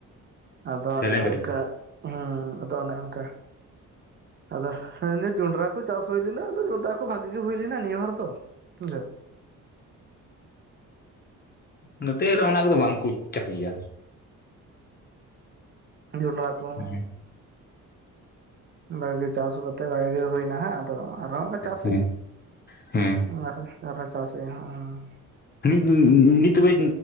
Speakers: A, on the right; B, on the left.
A: ᱟᱫᱚ
B: ᱥᱟᱭᱞᱮᱱ
A: ᱚᱱᱮ
B: ᱠᱟᱹᱴᱤᱧ
A: ᱚᱱᱠᱟ ᱦᱩᱸ᱾ ᱟᱫᱚ ᱚᱱᱮ ᱚᱝᱠᱟ᱾ ᱟᱫᱚ ᱦᱮᱸ ᱱᱤᱭᱟᱹ ᱡᱚᱸᱰᱽᱨᱟ ᱠᱚ ᱪᱟᱥ ᱦᱩᱭ ᱞᱮᱱᱟ᱾ ᱟᱫᱚ ᱡᱚᱸᱰᱽᱨᱟ ᱠᱚ ᱵᱷᱽᱟᱜᱤ ᱜᱮ ᱦᱩᱭ ᱞᱮᱱᱟ᱾ ᱱᱤᱭᱟ ᱵᱟᱨ ᱫᱚ ᱵᱩᱡᱷᱟᱹᱣ᱾
B: ᱱᱚᱛᱮ ᱨᱮ ᱚᱱᱟ ᱠᱚᱼᱫᱚ ᱵᱟᱝᱠᱚ ᱪᱟᱹᱥᱜᱤᱭᱟ᱾
A: ᱟᱸ ᱡᱚᱸᱰᱽᱨᱟ ᱠᱚᱸ᱾
B: ᱦᱮᱸ
A: ᱵᱷᱟᱹᱜᱤ ᱪᱟᱥ ᱠᱟᱛᱮ ᱵᱷᱟᱜᱮ ᱜᱮ ᱦᱩᱭᱱᱟ ᱾ᱦᱮᱸ, ᱟᱫᱚ ᱟᱨ-ᱦᱚᱸ ᱚᱸᱠᱟ ᱪᱟᱥ
B: ᱦᱮᱸ
A: ᱦᱩᱭᱩᱜᱼᱟ᱾
B: ᱦᱮᱸ
A: ᱟᱨ ᱟᱨᱦᱚᱸ ᱪᱟᱥ ᱦᱩᱭᱩᱜᱼᱟ ᱾ ᱦᱚᱸᱼᱚᱸ
B: ᱱᱤᱡᱜ ᱱᱤᱡᱜᱫᱚᱵᱮ